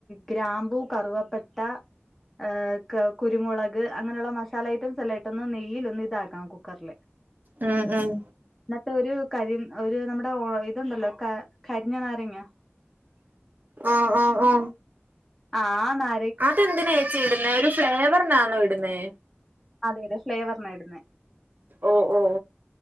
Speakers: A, in the centre; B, on the right.
A: ഗ്രാമ്പൂ കറുവപ്പട്ട ഏ ക കുരുമുളക് അങ്ങനെയുള്ള മസാല ഐറ്റംസം എല്ലാം ഇട്ടൊന്ന് നെയ്യിലൊന്ന് ഇതാക്കണം കുക്കർല്
B: ഉം ഉം
A: ന്ന്ട്ടൊരു കരി ഒരു നമ്മുടെ ഇതുണ്ടല്ലോ കരിഞ്ഞ നാരങ്ങ
B: ആ ആ ആ
A: അ ആ നാ
B: അതെന്തിനേച്ചി ഇട്ന്നേ ഒരു ഫ്ലേവറിനാണോ ഇടുന്നേ
A: അതെ അതെ ഫ്ലേവറിനാ ഇട്ന്നെ
B: ഓ ഓ